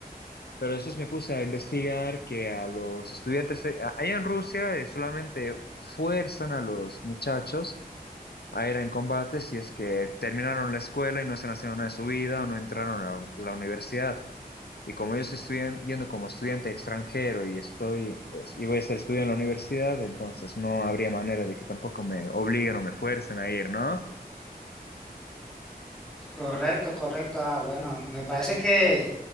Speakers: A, on the left; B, in the centre.
A: Pero después me puse a investigar que a los estudiantes, eh, a- allá en Rusia, eh, solamente fuerzan a los muchachos a ir en combate si es que terminaron la escuela y no están haciendo nada de su vida o no entraron a la universidad. Y como yo estoy estudian- yendo como estudiante extranjero y estoy es- y voy a estar estudiando en la universidad, entonces no habría manera de que tampoco me obliguen o me fuercen a ir, ¿no?
B: Correcto, correcto. Ah, bueno, me parece que,